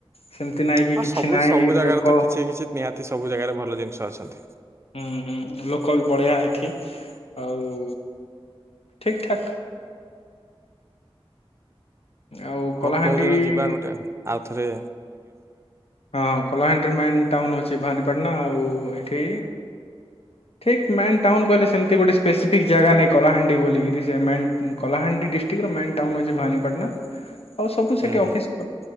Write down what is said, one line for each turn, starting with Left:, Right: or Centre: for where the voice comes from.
Left: ସେମିତି ନାହିଁ କି
Right: ହଁ
Left: କିଛି
Right: ସବୁ
Left: ନାହିଁ
Right: ସବୁ ଜାଗାରେ
Left: ଲୋକ
Right: ତ କିଛି କିଛି ନିହାତି ସବୁ ଜାଗାରେ ଭଲ ଜିନିଷ ଅଛନ୍ତି।
Left: ହୁଁ ହୁଁ ଲୋକ ବି ବଢିଆ ଏଠି ଆଉ। ଠିକ ଠାକ। ଆଉ
Right: ହଉ
Left: କଳାହାଣ୍ଡି
Right: କୋଉ ଦିନ ଯିବା ଗୋଟେ ଆଉଥରେ।
Left: ହଁ କଳାହାଣ୍ଡି ମେନ ଟାଉନ ଅଛି। ଅଛି ଭାନିପାଟଣା ଆଉ ଏଇଠି। ଠିକ ମେନ ଟାଉନ କହିଲେ ସେମିତି ଗୋଟେ ସ୍ପେସିଫିକ୍ ଜାଗା ନାଇଁ କଳାହାଣ୍ଡି ବୋଲିକିରି କଳାହାଣ୍ଡି ଡିଷ୍ଟ୍ରିକ୍ଟର ମେନ୍ ଟାଉନ ଅଛି ଭାନିପଟଣା। ଆଉ ସବୁ ସେଠି
Right: ହୁଁ
Left: ଅଫିସ
Right: ହୁଁ